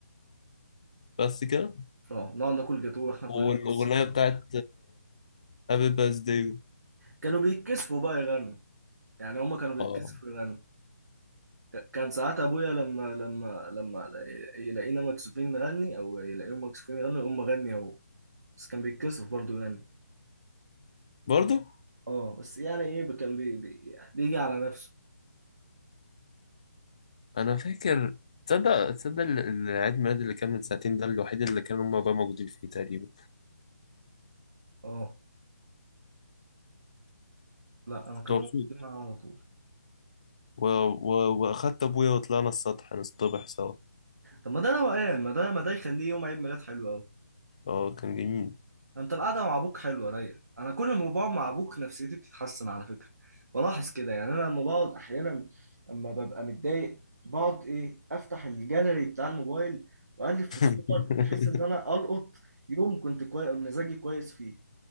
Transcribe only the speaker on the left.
بس كده
والاغنيه
بتاعت هابي باث داي
اه
برضو
انا فاكر تصدق تصدق ال- العيد ميلاد اللي كان من ساعتين ده الوحيد اللي كانوا هما بقى موجودين فيه تقريبا
كنت
مبسوط
و... و... واخدت ابويا وطلعنا السطح نصطبح سوا
اه كان جميل
<laughs>